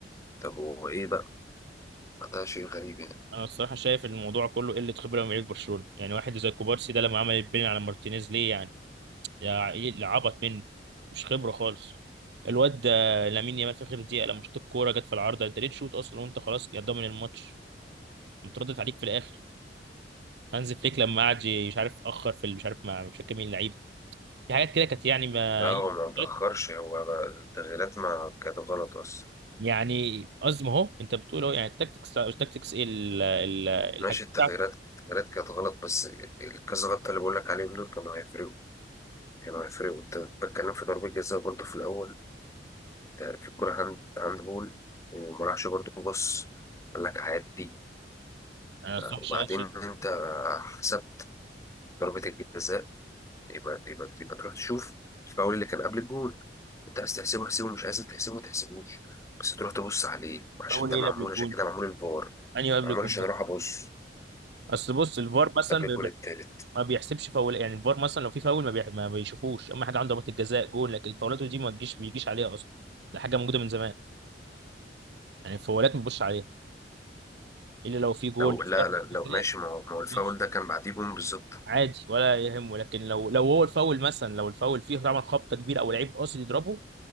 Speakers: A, on the left; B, on the right.
A: طب هو ايه بقى ده شيء غريب يعني
B: انا الصراحه شايف إن الموضوع كله قله خبره من لعيبه برشلونه يعني واحد زي كوبارسي ده لما عمل البين على مارتينيز ليه يعني يا إيه عبط منه مش خبره خالص الواد ده لامين يامال في اخر دقيقه لما شاط الكوره جت في العارضه انت ليه تشوط اصلا وانت خلاص يا ضامن الماتش متردد عليك في الاخر هانز فليك لما قعد ي- مش عارف اخر في ال- مش عارف مع مش فاكر مين اللعيب في حاجات كده كانت يعني ما
A: لا هو ما تأخرش
B: <laughs>
A: هو بقى التغييرات ما كانت غلط أصلا
B: يعني قصدي ما هو انت بتقول اهو يعني التكتكس التكتكس ايه ال- ال- الحاجات
A: ماشي التغييرات
B: بتاعته
A: التغييرات كانت غلط بس الكذا غلطة اللي بقول لك عليهم دول كانوا هيفرقوا كانوا هيفرقوا انت بتكلم في ضربة جزاء برضه في الأول ده في الكورة هاند هاند بول وما راحش برضه بص قال لك عادي
B: انا
A: آه،
B: صح
A: وبعدين
B: شاشه
A: انت حسبت ضربة الجزاء يبقى يبقى يبقى تروح تشوف الفاول اللي كان قبل الجول انت عايز تحسبه احسبه مش عايز تحسبه ما تحسبوش بس تروح تبص عليه عشان
B: فاول
A: ده
B: ايه
A: معمول
B: قبل الجون
A: عشان كده معمول الفار
B: انهي قبل
A: معمول
B: الجون
A: عشان
B: بس
A: اروح ابص
B: اصل بص الفار مثلا
A: قبل الجول
B: بي- بي-
A: التالت
B: ما بيحسبش فاول يعني الفار مثلا لو في فاول ما, بيح... ما بيشوفوش اما حاجه عنده ضربات الجزاء جول لكن الفاولات دي ما تجيش ما بيجيش عليها اصلا ده حاجه موجوده من زمان يعني الفاولات ما بيبصش عليها الا لو في جول
A: لو لا
B: في ضربه
A: لا لو
B: جزاء
A: ماشي ما هو ما هو الفاول
B: بص
A: ده كان بعديه بوم بالظبط
B: عادي ولا يهمه لكن لو لو هو الفاول مثلا لو الفاول فيه طبعا خبطه كبيره او لعيب قاصد يضربه